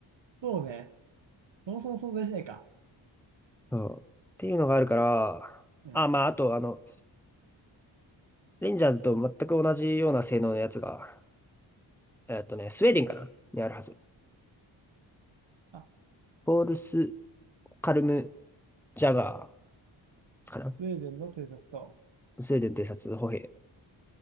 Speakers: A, on the right; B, in the centre.
A: そうね。そもそも存在しないか。
B: うん。っていうのがあるから、
A: うん。
B: あ、まあ、あと、あの、レンジャーズと全く同じような性能のやつが、えっとね、スウェーデンかなにあるはず。
A: あ、
B: ポールス、カルム、ジャガーかな
A: スウェーデンの偵察と、
B: スウェーデン偵察歩兵。